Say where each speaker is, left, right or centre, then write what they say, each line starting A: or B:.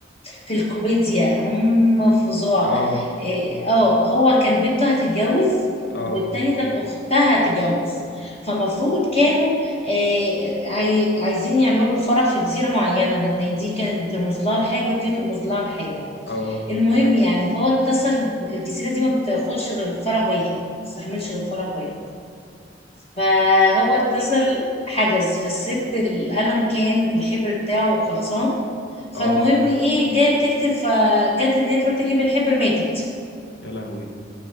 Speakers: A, on the left (about 35°); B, on the left (about 75°).
A: في الكوميديا هم فظاع
B: اه
A: إيه، اه هو كان بنته هتتجوز
B: اه
A: والتانية كانت أختها هتتجوز فمفروض كانوا آه، عاي- عايزين يعملوا الفرح في جزيرة معينة لأن دي كانت بترمز لها لحاجة ودي ترمز لها لحاجة
B: اه
A: المهم يعني فهو اتصل ب- الجزيرة دي ما بتاخدش غير فرح واحد ما بتستحملش غير فرح واحد فهو اتصل حجز فالست القلم كان الحبر بتاعه خلصان فالمهم
B: اه
A: ايه جايه بتكتب فجت ان هي تروح تجيب الحبر ماتت
B: يا لهوي